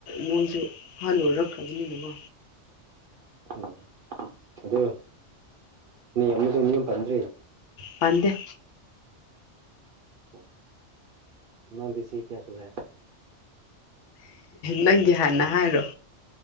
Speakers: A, on the left; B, on the right.
A: ꯃꯣꯏꯁꯨ ꯍꯜꯂꯨ ꯔꯛꯈ꯭ꯔꯕꯅꯤꯅꯦꯀꯣ꯫
B: ꯎ ꯑꯗꯨ ꯃꯤ ꯑꯃꯗ ꯃꯤ ꯑꯃ ꯄꯟꯗ꯭ꯔꯤ
A: ꯄꯥꯟꯗ‌ꯦ꯫
B: ꯎꯝ ꯅꯪꯗꯤ ꯆꯍꯤ ꯀꯌꯥ ꯁꯨꯔꯦ꯫
A: ꯅꯪꯒꯤ ꯍꯥꯟꯅ ꯍꯥꯏꯔꯣ꯫